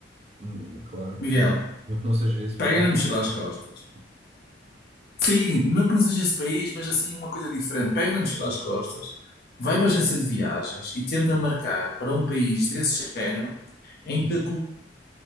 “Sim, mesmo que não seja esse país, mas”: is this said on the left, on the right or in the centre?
Left